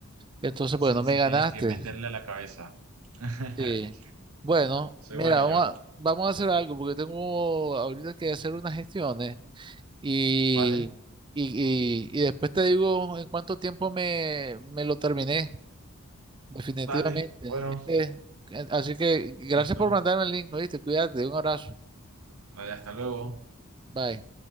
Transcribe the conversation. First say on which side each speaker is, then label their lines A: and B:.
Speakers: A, on the right (about 20°); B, on the right (about 80°).
A: Entonces,
B: sí,
A: bueno, me
B: sí,
A: ganaste.
B: tienes que meterle a la cabeza. <laughs>
A: Sí. Bueno,
B: Soy
A: mira,
B: bueno yo,
A: vamos a, vamos a hacer algo porque tengo ahorita que hacer unas gestiones y,
B: ¿vale?
A: y, y, y después te digo en cuánto tiempo me, me lo terminé, definitivamente.
B: Dale, bueno,
A: Este, así que gracias
B: listo.
A: por mandarme el link, ¿oíste? Cuídate, un abrazo.
B: Vale, hasta luego.
A: Bye.